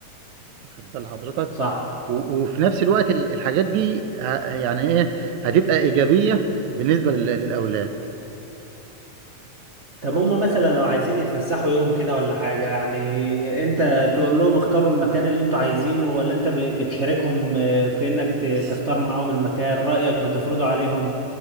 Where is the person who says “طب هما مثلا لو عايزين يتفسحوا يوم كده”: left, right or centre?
Right